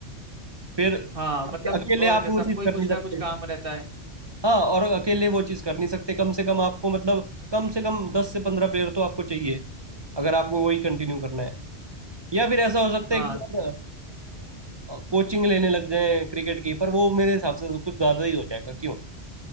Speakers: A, on the right; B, on the right.
A: फिर
B: हाँ मतलब
A: अकेले
B: और
A: आप
B: क्या
A: वो
B: सबको
A: चीज़
B: ही
A: कर
B: कुछ
A: नहीं सकते
B: ना कुछ काम रहता है
A: हाँ और अकेले वो चीज़ कर नहीं सकते कम से कम आपको मतलब कम से कम दस से पंद्रह प्लेयर तो आपको चाहिए अगर आपको वही कंटिन्यू करना है या फिर ऐसा हो सकता
B: हाँ
A: है कि यार कोचिंग लेने लग जाए क्रिकेट की पर वो मेरे हिसाब से तो कुछ ज्यादा ही हो जाएगा क्यों